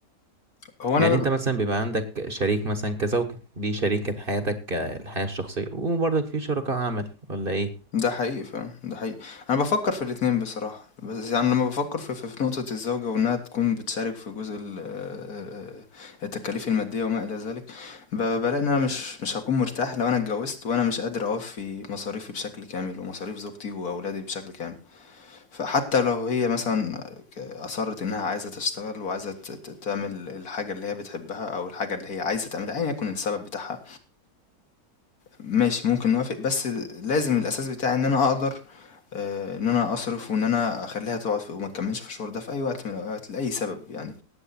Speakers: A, on the left; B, on the right.
A: هو أنا
B: يعني انت مثلا بيبقى عندك شريك مثلا كزوجة دي شريكة حياتك آه، الحياة الشخصية وبرضك في شركاء عمل ولا ايه
A: ده حقيقي فعلًا، ده حقيقي. أنا بافكّر في الاتنين بصراحة، بس يعني لمّا بافكّر في في في نقطة الزوجة وإنها تكون بتشارك في جزء ال آآ التكاليف المادية وما إلى ذلك، ب بالاقي إن أنا مش مش هاكون مرتاح لو أنا اتجوّزت وأنا مش قادر أوفّي مصاريفي بشكل كامل ومصاريف زوجتي وأولادي بشكل كامل. فحتى لو هي مثلًا ك أصرّت إنها عايزة تشتغل وعايزة ت ت تعمل الحاجة اللي هي بتحبها أو الحاجة اللي هي عايزة تعملها أيًا يكن السبب بتاعها، ماشي ممكن نوافق بس لازم الأساس بتاعي إن أنا أقدر آه، إن أنا أصرف وإن أنا أخليها تقعد في- وما تكملش في الشغل ده في أي وقت من الأوقات لأي سبب يعني